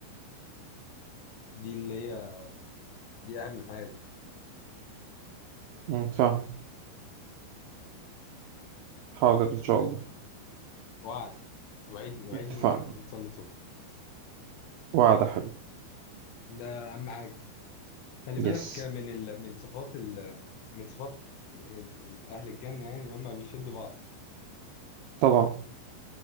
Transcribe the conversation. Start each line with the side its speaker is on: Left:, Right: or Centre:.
Left: دي اللي هي دي اهم حاجه
Right: أمم، فاهم حاضر إن شاء الله
Left: وعد وعدني وعدني
Right: اتفقنا
Left: انك هتقوم تصلي الصبح
Right: وعد يا حبيبي
Left: ده اهم حاجه خلي بالك
Right: يس
Left: من ال... من صفات ال... من صفات ال... ال... اهل الجنه يعني هم بيشدوا بعض
Right: طبعا